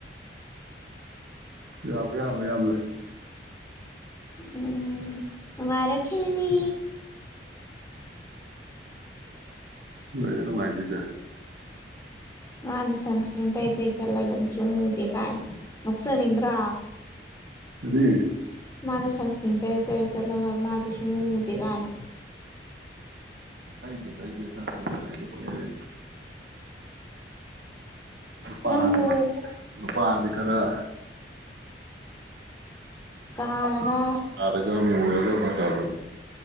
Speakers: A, on the right; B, on the left.
A: ꯌꯥꯕ ꯌꯥꯕ ꯌꯥꯝ ꯂꯩ
B: ꯎꯝ ꯅꯨꯡꯉꯥꯢꯔꯛꯈꯤꯅꯤ
A: ꯀꯩꯅꯣ ꯅꯨꯡꯉꯥꯢꯗꯣꯢꯖꯦ
B: ꯃꯥꯅ ꯁꯟꯁꯀ꯭ꯔꯤꯟ ꯇꯩ ꯇꯩ ꯆꯠꯂꯒ ꯃꯨꯁꯨꯛ ꯃꯨꯗꯦ ꯀꯥꯏꯅ ꯅꯣꯛꯆꯅꯤꯡꯗ꯭ꯔꯥ
A: ꯑꯗꯤ
B: ꯃꯥꯅ ꯁꯟꯁꯀ꯭ꯔꯤꯟ ꯇꯩꯔ ꯇꯩꯔ ꯆꯠꯂꯒ ꯃꯥꯗꯤ ꯁꯨꯛꯃꯨ ꯃꯨꯗꯦ ꯀꯥꯏꯅ
A: ꯇꯩꯗꯦ ꯇꯩꯗꯦ ꯁꯟꯁꯀ꯭ꯔꯤꯟ ꯇꯩꯗ ꯀꯨꯢꯔꯦ
B: <inaudible>
A: ꯅꯨꯄꯥꯁꯤꯗꯤ
B: ꯅꯪꯕꯨ
A: ꯅꯨꯄꯥꯗꯤ ꯈꯔ
B: ꯀꯥꯔꯒ
A: <unintelligible> ꯃꯨꯔꯒ ꯐꯖꯕꯅꯦ